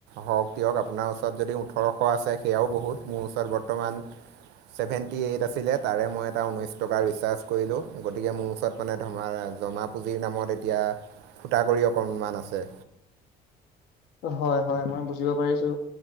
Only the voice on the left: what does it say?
হয় হয় মই বুজিব পাৰিছো।